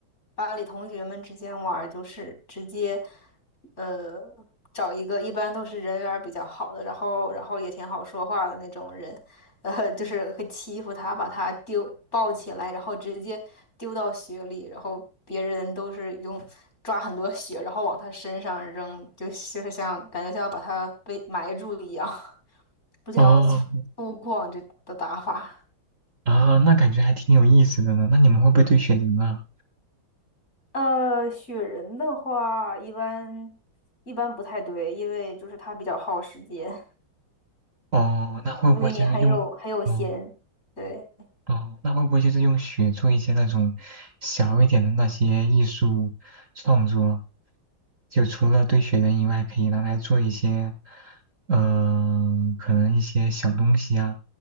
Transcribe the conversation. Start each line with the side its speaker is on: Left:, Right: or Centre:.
Left: 班里同学们之间玩儿，就是直接呃找一个，一般都是人缘儿比较好的，然后然后也挺好说话的那种人，呃，就是会欺负他，把他丢抱起来，然后直接丢到雪里，然后别人都是用抓很多雪，然后往他身上扔，就就是像感觉像要把他被埋住一样，<laughs> 比较粗粗犷这的打法。
Right: 哦，啊，那感觉还挺有意思的呢。那你们会不会堆雪人啊？
Left: 呃，雪人的话，一般一般不太对，因为就是他比较耗时间，
Right: 哦，那会不会就是用，
Left: 除非你很有很有闲，
Right: 哦
Left: 对。
Right: 哦，那会不会就是用雪做一些那种小一点的那些艺术创作？就除了堆雪人以外，可以拿来做一些，嗯、可能一些小东西啊，